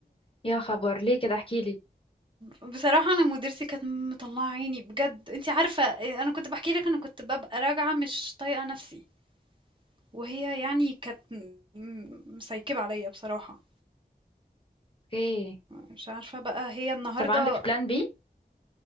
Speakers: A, on the left; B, on the right.
A: يا خبر ليه كده احكيلي
B: بصراحة انا مديرتي كانت مطلعة عيني بجد انتي عارفة انا كنت بحكي لك انا كنت ببقى راجعة مش طايقة نفسي وهي يعني كانت م- مسيكبة عليا بصراحة
A: اوكي
B: مش عارفة بقى هي النهاردة
A: طب عندك بلان بي